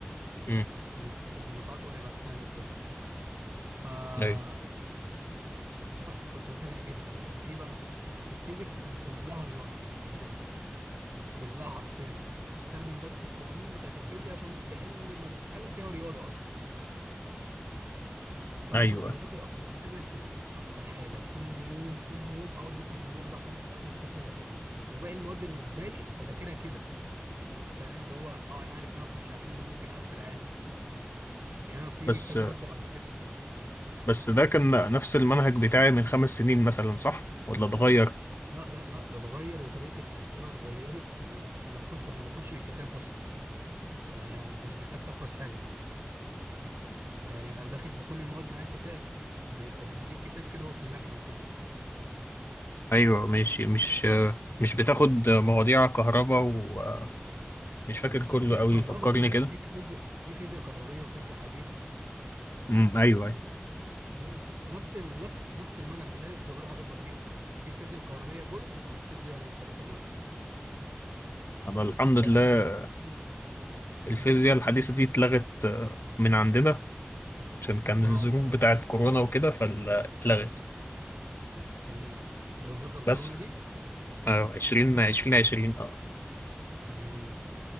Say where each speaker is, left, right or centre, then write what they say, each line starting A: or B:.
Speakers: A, on the left (about 65°); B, on the right (about 65°).
A: امم
B: من من دفعات قريبه السنه اللي فاتت فانا
A: ايوه
B: كنت بذاكر جدا بس ايه بقى الفيزيكس كان كلها رياضه عندنا كلها عارفين انت بتستخدم بس القوانين بتاعت الفيزياء عشان تحل مساله فيها رياضه اصلا فانا
A: ايوه
B: كنت بذاكر اكتر حاجه الفيزيكس اكتر حاجه كل يوم كل يوم اقعد مثلا بالاربع خمس ساعات ما اذاكرش الا فيزيكس وباقي المواد بالنسبه لي اذاكرها كده فاهم اللي هو اه انا عارف ان انا اخش احله ممكن اقفل عادي يعني انا في
A: بس
B: كذا ماده مقفلها
A: بس ده كان نفس المنهج بتاعي من خمس سنين مثلا صح ولا اتغير
B: لا لا لا ده اتغير وطريقه الاسئله اتغيرت وانا بخش كنت ما باخدش بالكتاب اصلا يعني, يعني انت مش محتاج تحفظ حاجه يعني انا داخل بكل المواد معايا كتاب بيبقى مديك كتاب كده هو في اللجنه وكده
A: ايوه ماشي مش مش بتاخد مواضيع كهرباء ومش فاكر كله
B: في
A: قوي
B: كهرباء
A: فكرني
B: فيزياء
A: كده
B: في فيزياء في فيزياء كهربيه وفيزياء حديثه
A: امم ايوه ايوه
B: امم نفس ال... نفس نفس المنهج متهيألي بس بيغيروا حاجات بسيطة في الفيزياء الكهربية جزء والفيزياء الحديثة جزء
A: طب الحمد لله
B: بس مش بالتفصيل
A: الفيزياء
B: امم
A: الحديثة دي اتلغت آه، من عندنا عشان كان
B: اه
A: الظروف
B: لأ
A: بتاعت
B: دي جامدة.
A: كورونا وكده فاتلغت
B: امم انت كنت في الكورونا
A: بس
B: دي
A: آه، عشرين عشرين عشرين اه
B: امم